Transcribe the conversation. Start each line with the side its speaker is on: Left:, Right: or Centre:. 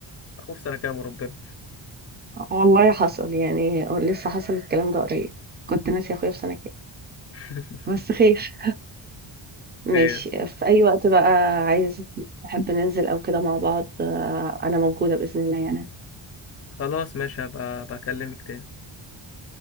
Left: أخوه في سنة كام وربنا
Right: والله حصل يعني لسه حصل الكلام ده قريب. كنت ناسي أخويا في سنة كام.
Left: <laughs>
Right: بس خير. ماشي
Left: خير
Right: في أي وقت بقى عايز تحب ننزل أو كده مع بعض آه، أنا موجودة بإذن الله يعني
Left: خلاص ماشي هبقى بكلمك تاني